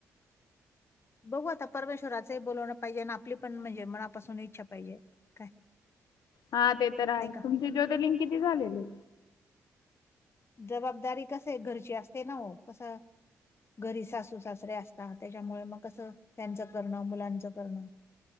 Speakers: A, on the left; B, on the left.
A: बघू आता परमेश्वराचंही बोलवणं पाहिजे आणं आपली पण म्हणजे मनापासून इच्छा पाहिजे काय?
B: हा ते तर हाय
A: नाही का
B: तुमचे ज्योतिलिंग किती झालेले.
A: जबाबदारी कस आहे? घरची असते ना हो कसं? घरी सासूर सासरे असतात. त्याच्यामुळे मग कसं? त्यांचं करणं. मुलांचं करणं.